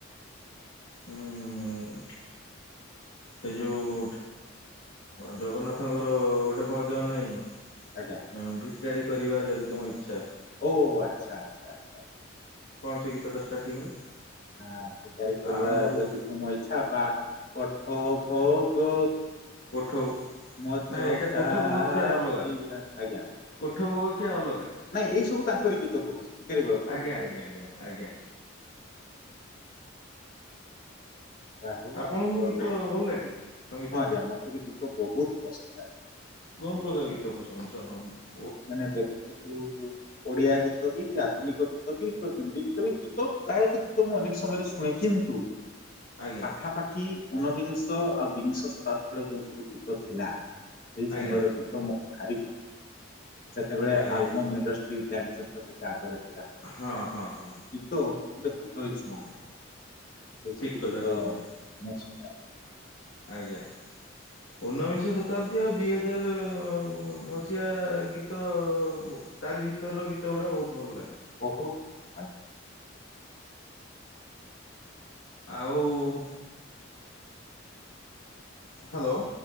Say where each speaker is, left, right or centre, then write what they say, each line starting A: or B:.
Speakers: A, on the left; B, on the left.
A: <inaudible>
B: ଉଁ ସେ ଯୋଉ ଜଗନ୍ନାଥଙ୍କର ଗୋଟେ ଭଜନ ନାହିଁ
A: ଆଜ୍ଞା
B: ହଁ ଭିକାରୀ କରିବା ଯଦି ତମ ଇଚ୍ଛା
A: ଓ ଆଚ୍ଛା ଆଚ୍ଛାଛା
B: କଣ ସେ ଗୀତ ଟା ଷ୍ଟାର୍ଟିଂ ରୁ
A: ଆ ବିକାରୀ କରିବା
B: ଆରମ୍ଭରୁ
A: ଯଦି ତୁମ ଇଚଛା ବା କଠ ଭୋଗ
B: କୋଠ
A: ମୋ
B: ନାଇଁ
A: ଚକାିଆ
B: ଏଇଟା କୋଠ ଭୋଗ ଖିଆ ଅଲଗା
A: ଆଜ୍ଞା
B: କୋଠ ଭୋଗ ଖିଆ ଅଲଗା
A: ନାଇଁ ଏଇ ସବୁ ତାଙ୍କର ଗୀତ କହୁଛି ବିକୋର ବଳଙ୍କରୀତ
B: ଆଜ୍ଞା ଆଜ୍ଞା
A: ଏ ସବୁ
B: ଆଜ୍ଞା ଆଜ୍ଞା
A: ଯହୁ
B: ଆପଣଙ୍କୁ
A: ଆପଣଙ୍କର
B: ଗୀତ
A: ହଁ
B: ଭଲ ଲାଗେ ସଙ୍ଗୀତ
A: ଆଜ୍ଞା ମତେ ବି ଗୀତ ବହୁତ ପସନ୍ଦ ଆଛି
B: କଣ ପ୍ରକାର ଗୀତା ପସନ୍ଦ ସ
A: ମାନେ ଦେଖନ୍ତୁ ଓଡିଆ ଗୀତ ଗୀତ ବି ଆଧୁନିକ ଗୀତ ବି ତ ହିନ୍ଦୀ ଗୀତ ବି ଗୀତ ପ୍ରାୟତଃ ଗୀତ ମୁଁ ଅନେକ ସମୟରେ ଶୁଣେ କିନ୍ତୁ
B: ଆଜ୍ଞା
A: ପାଖାପାଖି ଉଣବିଂଶ ଆଉ ବିଂଶ ଶତାବ୍ଦୀର ଯୋଉ ସବୁ ଗୀତ ଥିଲା ସେଇ
B: ଆଜ୍ଞା
A: ସମୟର ଗୀତ ମୋତେ ଭାରି ସେତେବେଳେ
B: ଆଜ୍ଞା
A: ଆଲବମ୍
B: ଆଜ୍ଞା
A: ଇଣ୍ଡଷ୍ଟ୍ରି ଜାଣିଛନ୍ତି କେତେ ଆଗରେ
B: ହଁ ହଁ ହଁ
A: ତୋ ଗୋଟେ ହୃଦୟ ଛୁଆ
B: ହୁଁ
A: ସେ
B: ଠିକ
A: ସବୁ
B: କଥା
A: ଗୀତ
B: କହିଛନ୍ତି
A: ମୁ ଶୁଣେ
B: ଆଜ୍ଞା ଉଣବିଂଶ ଶତାବ୍ଦୀ ଆଉ ଦୁଇ ହଜାର ମସିହା ଗୀତ ତାରି ଭିତର ଗୀତ ଗୁଡ଼ା ବହୁତ ଭଲ ଲାଗେ
A: ଓହୋ ଆଜ୍ା
B: ଆଉ ହ୍ୟାଲୋ